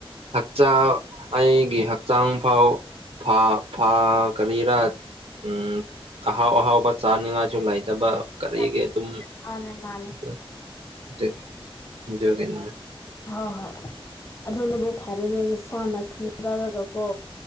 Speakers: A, on the right; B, on the left.
A: ꯍꯛꯆꯥꯡ ꯑꯩꯒꯤ ꯍꯛꯆꯥꯡ ꯐꯥꯎ ꯐꯥ ꯐꯥ ꯀꯔꯤꯔꯥ ꯎꯝ ꯑꯍꯥꯎ ꯑꯍꯥꯎꯕ ꯆꯥꯅꯤꯉꯥꯏꯁꯨ ꯂꯩꯇꯕ ꯀꯔꯤꯒꯦ
B: ꯅꯠ
A: ꯑꯗꯨ
B: ꯃꯥꯅꯦ ꯃꯥꯅꯦ
A: <unintelligible> ꯑꯗꯨꯒꯤ ꯑꯗꯨꯒꯤꯅꯤꯗ
B: ꯍꯣꯏ ꯍꯣꯏ ꯑꯗꯨꯅꯕꯨ ꯐꯔꯦꯅꯦ ꯅꯁꯥꯅ ꯈꯪꯖ꯭ꯥꯔꯒ ꯀꯣ